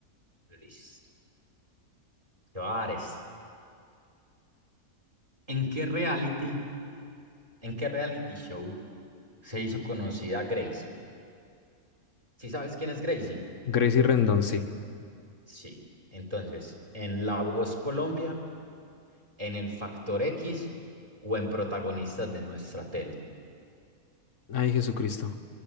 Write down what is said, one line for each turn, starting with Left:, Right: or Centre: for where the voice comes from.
Right: Listo. Te voy a dar esta. ¿En qué reality, en qué reality show se hizo conocida Gracie? ¿Sí sabes quién es Gracie?
Left: Gracie Rendón, sí.
Right: Sí. Entonces, ¿en La Voz Colombia, en El Factor X o en Protagonistas de nuestra tele?
Left: Ay, Jesucristo.